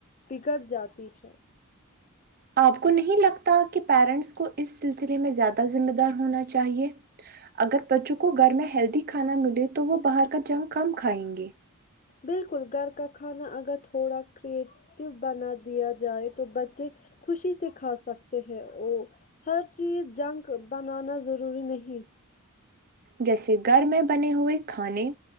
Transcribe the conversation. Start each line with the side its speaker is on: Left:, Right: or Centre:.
Left: بگڑ جاتی ہے
Right: آپ کو نہیں لگتا کہ پیرنٹس کو اس سلسلے میں زیادہ ذمہ دار ہونا چاہیے اگر بچوں کو گھر میں ہیلدی کھانا ملے تو وہ باہر کا جنگ کم کھائیں گے
Left: بالکل گھر کا کھانا اگر تھوڑا کیرٹ یو بنا دیا جائے تو بچے خوشی سے کھا سکتے ہیں وہ ہر چیز جنک بنانا ضروری نہیں
Right: جیسے گھر میں بنے ہوئے کھانے